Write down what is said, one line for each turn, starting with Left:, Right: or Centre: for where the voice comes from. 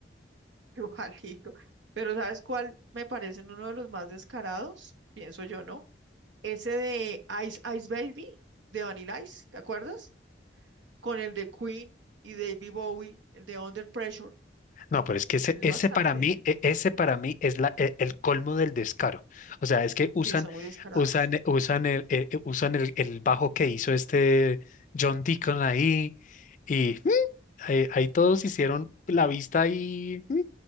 Right: <laughs> igualito. Pero ¿sabes cuál me parece uno de los más descarados? Pienso yo, ¿no? Ese de Ice Ice Baby, de Vanilla Ice, ¿te acuerdas? con el de Queen y David Bowie, el de Under Pressure.
Left: No, pero es que ese,
Right: Es, es
Left: ese
Right: bastante.
Left: para mí,
Right: <laughs>
Left: e- ese para mí es la, e- el, colmo del descaro. O sea, es que usan,
Right: Sí, son muy descarados.
Left: usan, eh, usan el, eh, eh, usan el, el bajo que hizo este John Deacon ahí y <laughs> mm, ahí, ahí todos hicieron la vista ahí, mm,